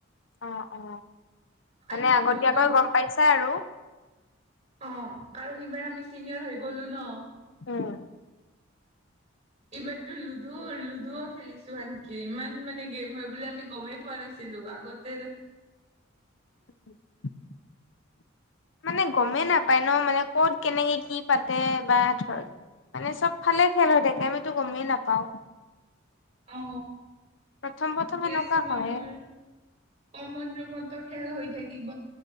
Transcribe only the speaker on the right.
আনকি
লুডু
অ, কাৰণ এইবাৰ আমি চিনিয়ৰ হৈ গলো ন।
এইবাৰতো লুডু লুডুও খেলিছো আনকি ইমান মানে গেম হয় বুলি আমি গমেই পোৱা নাছিলো। ছিলো আগতে -
অ,
ঠিকেই
আছে নে
আমাৰ - কমন ৰুমতো খেল হৈ থাকিব,